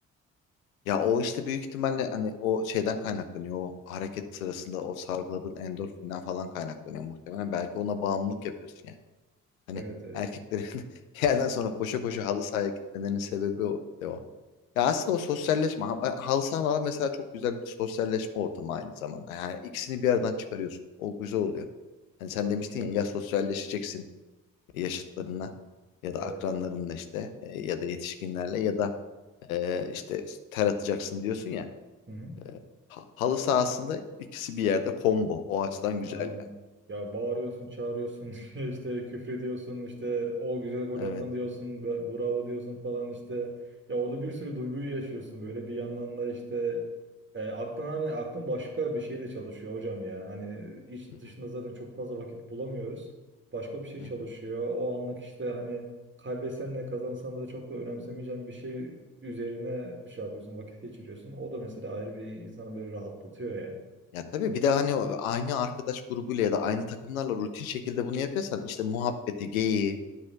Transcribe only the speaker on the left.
Ya o işte büyük ihtimalle hani o şeyden kaynaklanıyor. O hareket sırasında o salgıladığın endorfinden falan kaynaklanıyor muhtemelen. Belki ona bağımlılık yapıyorsun yani. Hani
erkeklerin <laughs> bir yerden sonra koşa koşa halı sahaya gitmelerinin sebebi o. de o. Ya aslında o sosyalleşme. ha- ben- Halı sahalar mesela çok güzel bir sosyalleşme ortamı aynı zamanda. Yani ikisini bir yerden çıkarıyorsun. O güzel oluyor. Hani sen
demiştin
ya ya sosyalleşeceksin yaşıtlarınla ya da
akranlarınla işte e, ya da yetişkinlerle ya da e, işte ter atacaksın diyorsun ya.
E, Ha- halı sahasında ikisi bir yerde combo. O açıdan güzel
yani.
Evet.
Hı hı,
hı
hı.
Ya tabii bir de hani o- aynı arkadaş grubuyla ya da aynı takımlarla rutin şekilde bunu yapıyorsan işte muhabbeti, geyiği,